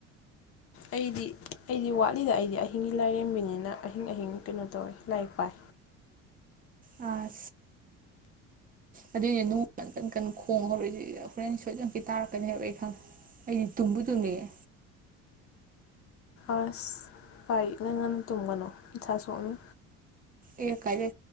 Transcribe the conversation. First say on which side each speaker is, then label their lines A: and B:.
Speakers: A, on the left; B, on the right.
A: ꯑꯩꯗꯤ ꯑꯩꯗꯤ ꯋꯥꯠꯂꯤꯗ ꯑꯩꯗꯤ ꯑꯍꯤꯡꯒꯤ ꯂꯥꯏꯔꯦꯝꯕꯤꯅꯤꯅ ꯑꯍꯤꯡ ꯑꯍꯤꯡ ꯀꯩꯅꯣ ꯇꯧꯋꯦ ꯂꯥꯏꯔꯤꯛ ꯄꯥꯏ
B: ꯑ ꯑꯗꯨꯏꯅꯦ ꯅꯨꯡ ꯀꯟ ꯀꯟ ꯀꯟ ꯈꯣꯡꯉ ꯍꯧꯔꯛꯏꯁꯤꯗꯤ ꯍꯣꯔꯦꯟ ꯁꯣꯏꯗꯅꯤ ꯇꯥꯔꯛꯀꯅꯦꯕ ꯑꯩ ꯈꯪꯉꯦ ꯑꯩꯗꯤ ꯇꯨꯝꯕꯨꯗꯨꯅꯤꯌꯦꯦ
A: ꯑꯁ ꯄꯥꯏꯛꯅ ꯉꯟꯅ ꯇꯨꯝꯒꯅꯨ ꯃꯁ ꯁꯣꯛꯅꯤ
B: ꯑꯦ ꯀꯥꯖꯦ